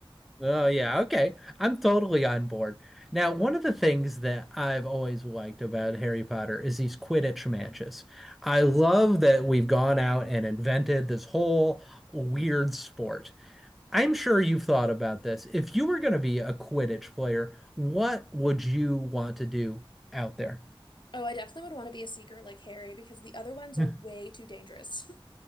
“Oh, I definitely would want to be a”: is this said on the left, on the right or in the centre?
Left